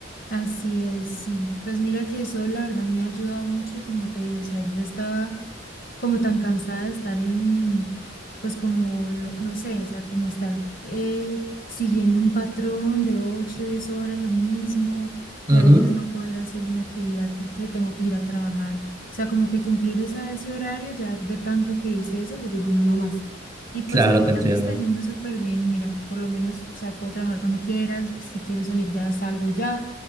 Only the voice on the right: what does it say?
Ujú,
Claro,
te entiendo.